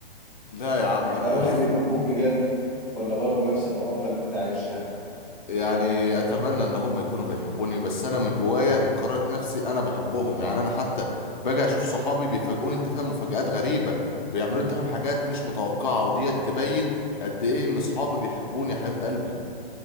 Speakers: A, on the left; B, on the right.
A: لا يا عم انا
B: هل هما
A: <laughs>
B: بيحبوك بجد ولا برضه نفس الأونطة اللي أنت عايشها
A: يعني اتمنى ان هم يكونوا بيحبوني بس انا من جوايا من قرارة نفسي انا بحبهم يعني انا حتى باجي اشوف صحابي بيفاجئوني انت فاهم مفاجآت غريبة بيعملوا انت فاهم حاجات مش متوقعة وديت تبين قد ايه ان صحابي بيحبوني يا حبيب قلبي